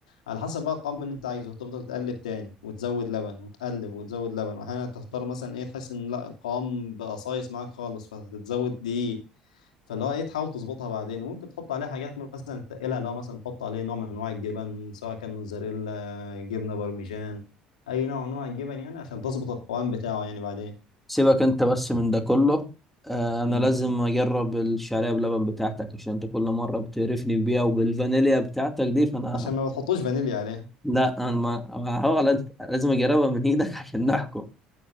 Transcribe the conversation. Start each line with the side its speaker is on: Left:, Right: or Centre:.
Left: على حسب بقى القوام اللي انت عايزه تفضل تقلب تاني وتزود لبن وتقلب وتزود لبن واحيانا تضطر مثلا ايه تحس ان لا القوام بقى صايص معاك خالص فتتزود دي فاللي هو ايه تحاول تظبطها بعدين وممكن تحط عليها حاجات مثلا تقلها لو مثلا تحط عليه نوع من انواع الجبن سواء كان موتزاريلا جبنه بارميجان اي نوع من انواع الجبن يعني عشان تظبط القوام بتاعه يعني بعدين
Centre: سيبك انت بس من ده كله آه، انا
Left: مم.
Centre: لازم اجرب الشعريه بلبن بتاعتك عشان انت كل مره بتقرفني بيها وبالفانيليا بتاعتك دي فانا
Left: عشان ما بتحطوش فانيليا عليها
Centre: لا انا ما هو لا- لازم اجربها من ايدك <laughs> عشان نحكم